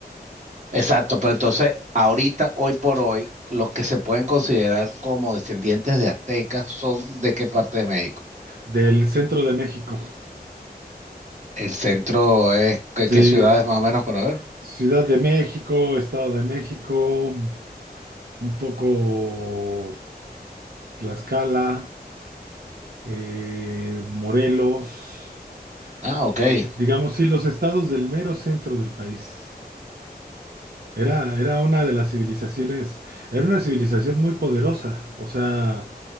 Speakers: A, on the right; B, on the right.
A: exacto, pero entonces ahorita, hoy por hoy, los que se pueden considerar como descendientes de aztecas son de qué parte de México.
B: del centro de México.
A: El centro es, ¿qué,
B: Sí,
A: qué ciudades más o menos por ver?
B: Ciudad de México, Estado de México, un poco Tlaxcala, eh, Morelos,
A: Ah, ok.
B: eh,
A: Eh,
B: digamos, sí, los estados del mero centro del país. Era, era una de las civilizaciones, era una civilización muy poderosa, o sea,